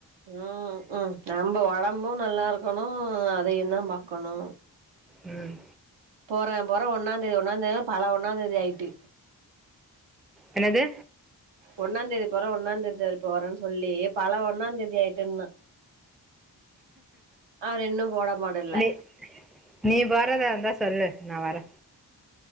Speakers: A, on the right (about 80°); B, in the centre.
A: ம் ம் நம்ம உடம்பும் நல்லா இருக்கணு அதையு தா பாக்கணு
B: ம்
A: போறே போறே ஒன்னாந் தேதி ஒன்னா தேதி பல ஒன்னா தேதி ஆயிட்டு
B: என்னது
A: ஒன்னா தேதி போறே ஒன்னாந்தேதி தேதி போறேன்னு சொல்லி பல ஒன்னா தேதி ஆயிட்டுன்னு அவரு இன்னு மாடல்ல
B: நீ நீ போறத இருந்தா சொல்லு நா வரே